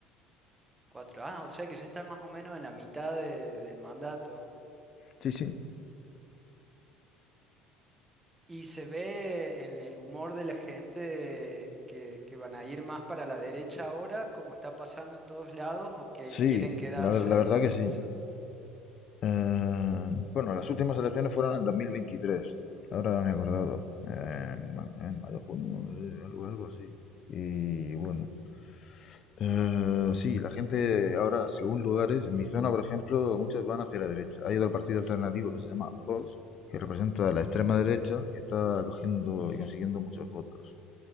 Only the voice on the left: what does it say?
Sí, sí.
Sí,
la, ver- la verdad
que
sí.
Eh, bueno, las últimas elecciones fueron en dos mil veintitrés Ahora me he acordado. Eh, en ma- en mayo, junio, no sé, algo, algo así. Y bueno, Eh, sí, la gente ahora, según lugares, en mi zona, por ejemplo, muchos van hacia la derecha. Hay otro partido alternativo que se llama Vox, que representa a la extrema derecha y está cogiendo y consiguiendo muchos votos.